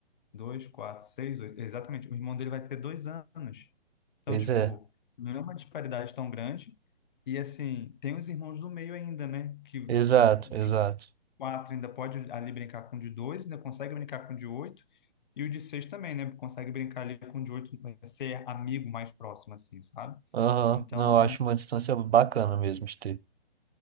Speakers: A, on the left; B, on the right.
A: Dois, quatro, seis, oito. Exatamente. O irmão dele vai ter dois anos. Então,
B: Pois
A: tipo,
B: é,
A: não é uma disparidade tão grande. E, assim, tem os irmãos do meio ainda, né? Que,
B: exato, exato.
A: tipo, quatro ainda pode ali brincar com o de dois, ainda consegue brincar com o de oito, e o de seis também, né? Consegue brincar ali com o de oito, eh, ser amigo mais próximo, assim, sabe?
B: Aham,
A: Então,
B: Não, eu acho uma distância bacana mesmo de ter.